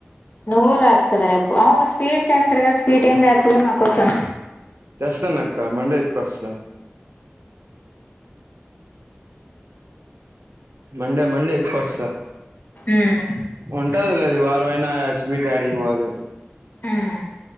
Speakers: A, on the left; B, on the right.
A: నువ్ గూడ్ రాత్ ఈస్ కదా రేపు అవును స్పీట్ చేస్తారు కద స్పీట్ ఏం దచ్చుగా మా కోసం
B: తేస్తానక్క మండే యిత్తుకస్తా మండే మండే ఎత్కోస్త
A: ఉమ్
B: ఉంటదిలే అది వారం అయినా స్పీట్ అడిగిపోద్
A: ఉమ్